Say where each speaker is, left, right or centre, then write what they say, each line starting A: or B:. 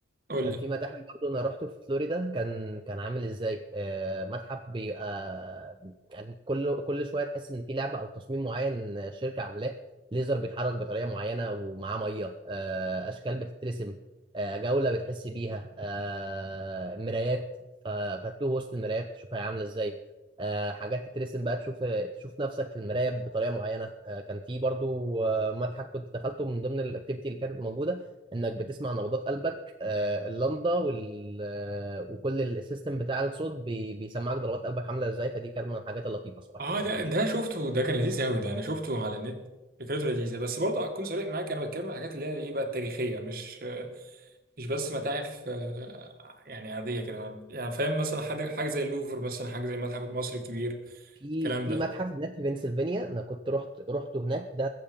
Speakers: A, on the right (about 50°); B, on the right (about 25°).
A: قول
B: كان
A: لي
B: في متاحف برضه انا رحته في فلوريدا كان كان عامل ازاي آه، متحف بيبقى يعني كل كل شويه تحس ان في لعبه او تصميم معين شركه عاملاه ليزر بيتحرك بطريقه معينه ومعاه ميه آه، اشكال بتترسم آه، جوله بتحس بيها آه، مرايات ف- فتوه وسط المرايات تشوفها عامله ازاي آه، حاجات تترسم بقى تشوف تشوف نفسك في المرايه بطريقه معينه آه، كان في برضه آه، متحف كنت دخلته من ضمن الاكتيفيتي اللي كانت موجوده انك بتسمع نبضات قلبك آه، اللمضه وال آه، وكل السيستم بتاع الصوت بي... بيسمعك ضربات قلبك عامله ازاي فدي كانت من الحاجات اللطيفه صراحه
A: اه
B: اللي
A: ده ده
B: شفتها
A: شفته ده كان لذيذ قوي ده انا شفته على النت فكرته لذيذه بس برضه هكون صريح معاك انا بتكلم عن الحاجات اللي هي ايه بقى التاريخيه مش مش بس متاحف آه، يعني عاديه كده أنا- يعني فاهم مثلا حاجه حاجه زي اللوفر مثلا حاجه زي المتحف المصري الكبير
B: في
A: الكلام
B: في
A: ده
B: متحف هناك في بنسلفانيا انا كنت رحت رحت هناك ده